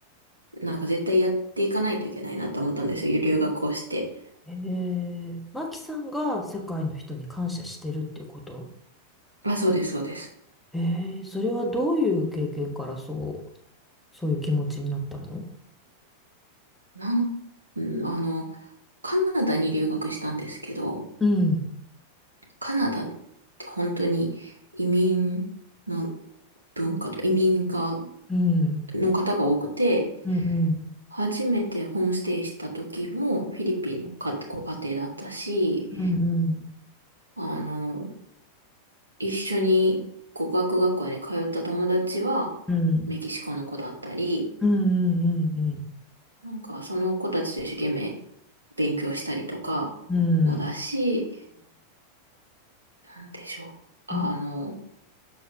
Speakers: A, on the right (about 75°); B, in the centre.
A: なんか絶対やっていかないといけないなと思ったんですよ。留学をして。
B: ええ、マキさんが世界の人に感謝してるっていうこと
A: あ、そうです、そうです。
B: ええ、それはどういう経験からそう、そういう気持ちになったの
A: なん、うん、あの、カナダに留学したんですけど、
B: うん、
A: カナダって本当に移民の文化と移民が、
B: うん、
A: の方が多くて、
B: うん、うん、うん、
A: 初めてホームステイした時もフィリピンのかご家庭だったし、
B: うん、
A: あの、一緒に語学学校に通った友達は
B: うん、うん、
A: メキシコの子だったり、
B: うん、うん、
A: なんかその子たちと一生懸命勉強したりとかもだし、
B: うん、
A: なんでしょう。あの、
B: うん、